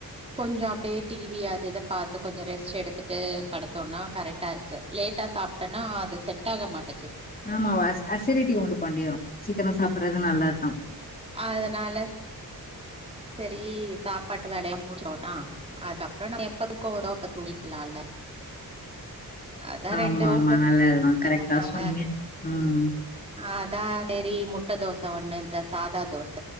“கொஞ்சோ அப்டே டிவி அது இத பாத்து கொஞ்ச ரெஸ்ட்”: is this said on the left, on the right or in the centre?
Right